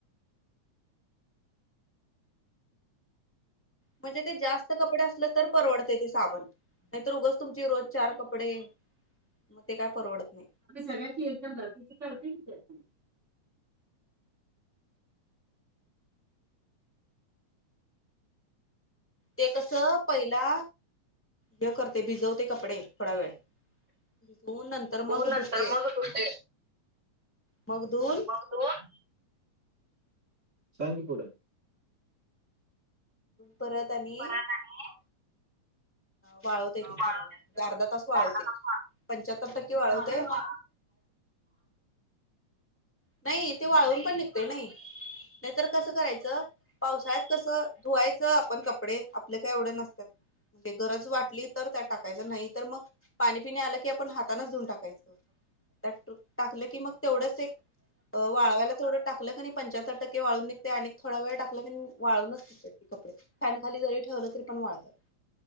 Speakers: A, in the centre; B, on the right.
A: म्हणजे ते जास्त कपडे असलं तर परवडतय. ते साबन नाही तर उगच तुमची रोज चार कपडे मग ते काय परवडत नाही.
B: सगळची एकदम घाल. हिची पावती किती असतीया?
A: ते कस पहिला हे करते भिजवते कपडे थोडा वेळ, धून नंतर
B: तू
A: मग
B: नंतर
A: धुतय.
B: मग तू ते
A: मग धुन
B: धुऊन सांग की पुढं.
A: परत आणि
B: परत आणि
A: वाळवतय ते
B: वाळून
A: थोडा वेळ म्हणजे अर्धा तास वाळवतय.
B: झाडातच
A: पंच्याहत्तर टक्के वाढवते
B: वाळून
A: नाही ते वाळवून पण निघतोय नाही नाहीतर कसं करायचं पावसाळ्यात कसं धुवायचं आपण कपडे आपल काय एवढं नसतात म्हणजे गरज वाटली तर त्यात टाकायचं नाही तर मग पाणी पिणी आलं की आपण हाताने धऊन टाकायचं त्या टाकलं की मग तेवढंच एक अ वाळवायला थोडं टाकलं की पंच्याहत्रटक्के वाळून निघते आणि थोडा वेळ टाकलं की वाळूनच निघतय कपडे फॅनखाली जरी ठेवलं तरी पण वाळतात